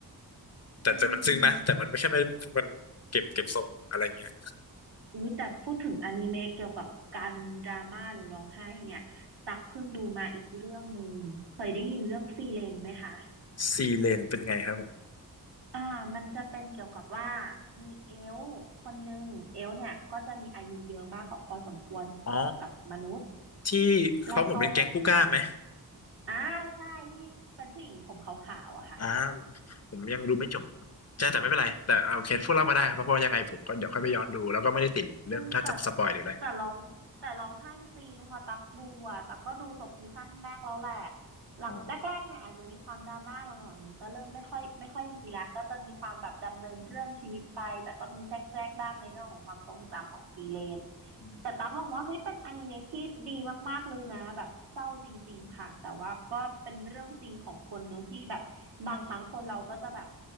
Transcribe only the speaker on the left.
แต่แต่มันซึ้งนะแต่มันไม่ใช่ไม่มันเก็บเก็บทรงอะไรเงี้ย
ซีเลนเป็นไงครับผม
อ๋อ
ที่เขาเหมือนเป็นแก๊งผู้กล้าไหม
อ่าผมยังดูไม่จบใช่แต่ไม่เป็นไรแต่เอาโอเคพูดเล่ามาได้ครับเพราะว่ายังไงผมก็เดี๋ยวค่อยไปย้อนดูแล้วก็ไม่ได้ติดเรื่องถ้าจะสปอยหรืออะไร
อ๋ออืม